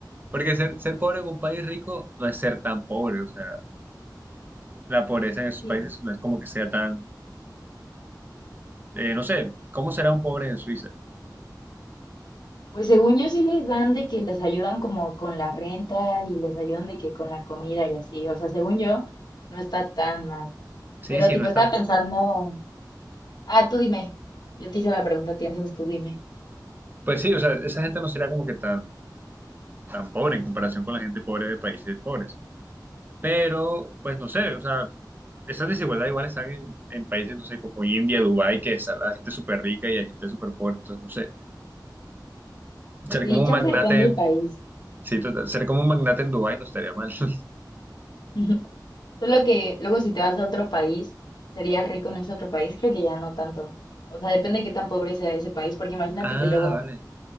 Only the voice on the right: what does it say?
Porque ser, ser pobre en un país rico no es ser tan pobre, o sea. la pobreza en esos
países no es como que sea tan, eh, no sé, ¿cómo será un pobre en Suiza?
Sí,
sí,
no es
tan
pobre.
Pues sí, o sea, esa gente no será como que tan, tan pobre en comparación con la gente pobre de países pobres. Pero, pues no sé, o sea, esas desigualdades igual están en, en países, no sé, como India, Dubái, que está la gente súper rica y hay gente súper pobre. Entonces, no sé, ser
como un
magnate
en,
sí, total, ser como un magnate en Dubái no estaría mal. <laughs>
Ah,
vale.